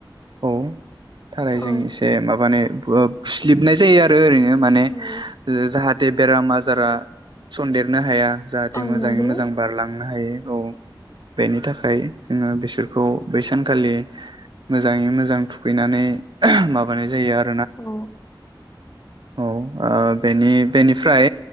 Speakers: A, on the right; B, on the left.
A: औ थारायजों
B: औ
A: एसे माबाने बो ओ फुसलिबनाय जायो आरो ओरैनो माने
B: औ
A: जाहा थे बेराम आजारा सन्देरनो हाया। जाहाथे
B: औ
A: मोजाङै
B: नंगौ
A: मोजां बारलाङो हायो औ बेनि थाखाय जोङो बिसोरखौ बै सानखालि मोजाङै मोजां थुखैनानै माबानाय जायो आर
B: औ
A: औ ओ बेनि बेनिफ्राय